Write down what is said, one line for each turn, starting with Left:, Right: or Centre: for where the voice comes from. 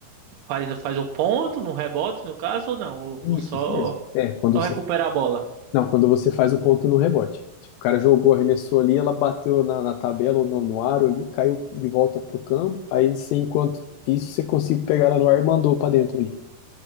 Right: faz, faz o ponto no rebote, no caso, ou não? Ou
Left: Isso,
Right: ou só
Left: isso mesmo. É, quando
Right: Só
Left: você.
Right: recuperar a bola.
Left: Não, quando você faz o ponto no rebote. Tipo, o cara jogou, arremessou ali, ela bateu na, na tabela ou no, no aro ali, caiu de volta pro campo. Aí você, enquanto isso, você conseguiu pegar ela no ar e mandou pra dentro ali.